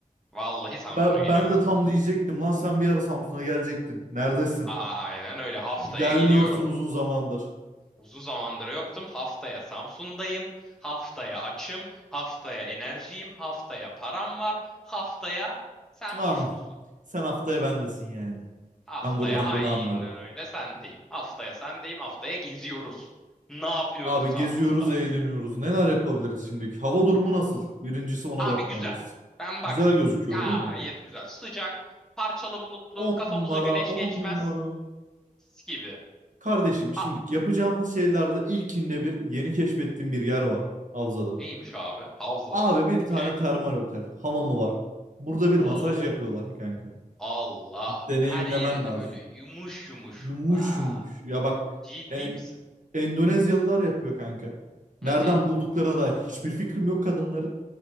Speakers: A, in the centre; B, on the right.
A: vallahi Samsun'a
B: Ben,
A: geliyorum.
B: ben de tam diyecektim lan sen bir ara Samsun'a gelecektin. Neredesin?
A: Aynen öyle haftaya
B: Gelmiyorsun
A: geliyorum.
B: uzun zamandır.
A: Uzun zamandır yoktum. Haftaya Samsun'dayım. Haftaya açım. Haftaya enerjiyim. Haftaya param var. Haftaya sen
B: Am,
A: boş musun?
B: sen haftaya bendesin yani.
A: Haftaya
B: Ben buradan
A: aynen
B: bunu anlarım.
A: öyle sendeyim. Haftaya sendeyim. Haftaya geziyoruz. Ne yapıyoruz
B: Abi
A: Samsun'da?
B: geziyoruz, eğleniyoruz. Neler yapabiliriz şimdilik? Hava durumu nasıl? Birincisi ona
A: Abi
B: bakmalıyız.
A: güzel. Ben baktım.
B: Güzel gözüküyor
A: Gayet
B: değil mi?
A: güzel. Sıcak, parçalı bulutlu,
B: 10
A: kafamıza
B: numara,
A: güneş geçmez.
B: 10 numara.
A: Mis gibi.
B: Kardeşim şimdi
A: A
B: yapacağımız şeylerde ilkinde bir yeni keşfettiğim bir yer var Havza'da.
A: neymiş abi? Havzada.
B: Abi bir
A: Okey.
B: tane termal otel. Hamamı var. Burada bir masaj
A: Oo.
B: yapıyorlar kanka.
A: Allah.
B: Deneyimlemen
A: Her yerine
B: lazım.
A: böyle yumuş yumuş.
B: Yumuş
A: Aa,
B: yumuş. Ya bak
A: ciddi
B: en,
A: misin?
B: Endonezyalılar yapıyor kanka. Nereden
A: Hı hı.
B: bulduklarına dair hiçbir fikrim yok kadınları.